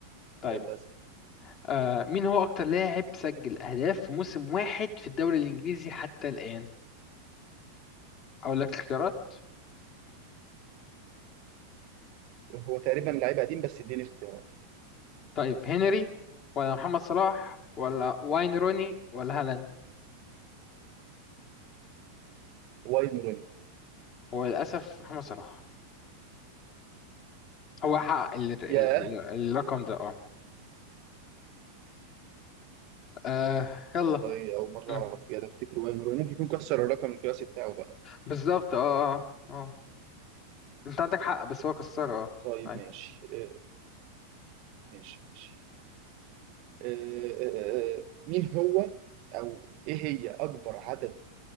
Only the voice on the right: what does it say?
يلا اسال
هو تقريبا لعيب قديم بس اديني اختيارات
واين روني
ياه
والله اول مره
اعرف كده افتكر واين روني ممكن يكون كسر الرقم القياسي بتاعه بقى
طيب
ماشي إيه، ماشي ماشي آه، مين هو او ايه هي اكبر عدد